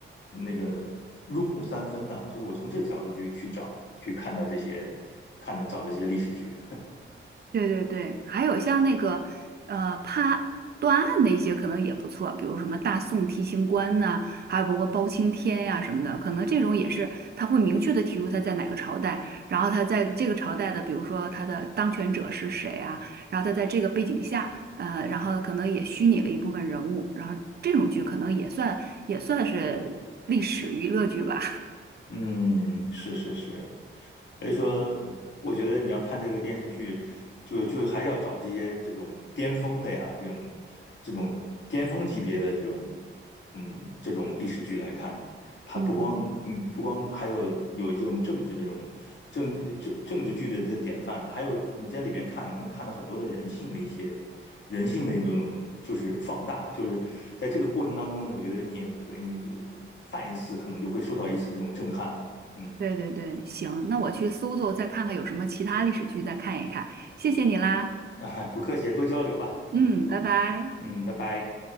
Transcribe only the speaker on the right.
对对对，还有像那个呃判断案的一些可能也不错，比如什么大宋提刑官呐、还有包括包青天呀、什么的，可能这种也是他会明确的提出他在哪个朝代，然后他在这个朝代的，比如说他的当权者是谁啊，然后他在这个背景下，呃，然后可能也虚拟了一部分人物，然后这种剧可能也算也算是历史娱乐剧吧，
<laughs> 嗯。
对对对，行，那我去搜搜，再看看有什么其他历史剧，再看一看。谢谢你啦，
嗯，
拜拜。